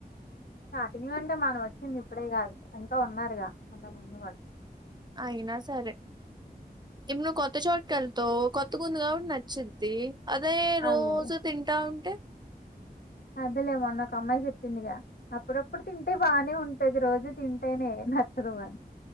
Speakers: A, on the left; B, on the right.
A: స్టార్టింగ్ లో అంటే మనం వచ్చింది ఇప్పుడే గదా ఇంకా ఉన్నారుగా కొంతమంది వాళ్లు
B: అయినా సరే ఇప్పు నువ్వు కొత్త చోటు వెళ్తావ్ కొత్తగా ఉంది కాబట్టి నచ్చిద్ది అదే రోజు
A: అదేలే
B: తింటా ఉంటే
A: అదేలే మొన్న ఒక అమ్మాయి చెప్పింది గా అప్పుడప్పుడు తింటే బాగానే ఉం ప్రతిరోజు తింటేనే నచ్చదు వాని